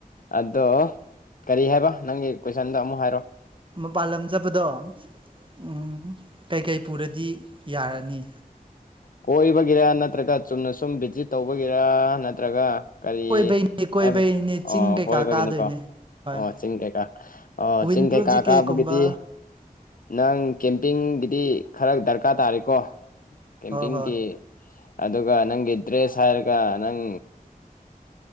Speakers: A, on the left; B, on the right.
A: ꯑꯗꯣ ꯀꯔꯤ ꯍꯥꯏꯕ ꯅꯪꯒꯤ ꯀꯣꯏꯁꯟꯗ ꯑꯃꯨꯛ ꯍꯥꯏꯔꯣ
B: ꯃꯄꯥꯜꯂꯝꯖꯕꯗꯣ ꯎꯝ ꯀꯩꯀꯩ ꯄꯨꯔꯗꯤ ꯌꯥꯔꯅꯤ
A: ꯀꯣꯏꯕꯒꯤꯔ ꯅꯠꯇ꯭ꯔꯒ ꯆꯨꯝꯅ ꯁꯨꯝ ꯚꯤꯖꯤꯠ ꯇꯧꯕꯒꯤꯔ ꯅꯠꯇ꯭ꯔꯒ ꯀꯔꯤ
B: ꯀꯣꯏꯕꯩꯅꯤ ꯀꯣꯏꯕꯩꯅꯤ
A: ꯍꯥꯏ
B: ꯆꯤꯡ
A: ꯑꯣ
B: ꯀꯩꯀꯥ
A: ꯀꯕꯒꯤꯅꯤ
B: ꯀꯥꯗꯣꯏꯅꯦ
A: ꯀꯣ
B: ꯍꯣꯏ
A: ꯑꯣ ꯆꯤꯡꯀꯩ ꯀꯥ ꯑꯣ
B: ꯋꯤꯟ
A: ꯆꯤꯡ
B: ꯄ꯭ꯔꯨꯞ
A: ꯀꯩ ꯀꯥ
B: ꯖꯤꯀꯦꯠꯀꯨꯝꯕ
A: ꯀꯥ ꯒꯤꯗꯤ ꯅꯪ ꯀꯦꯝꯄꯤꯡꯒꯤꯗꯤ ꯈꯔ ꯗꯔꯀꯥꯔ ꯇꯥꯔꯦꯀꯣ ꯀꯦꯝꯄꯤꯡꯒꯤ
B: ꯍꯣꯏ ꯍꯣꯏ
A: ꯑꯗꯨꯒ ꯅꯪꯒꯤ ꯗ꯭ꯔꯦꯁ ꯍꯥꯏꯔꯒ ꯅꯪ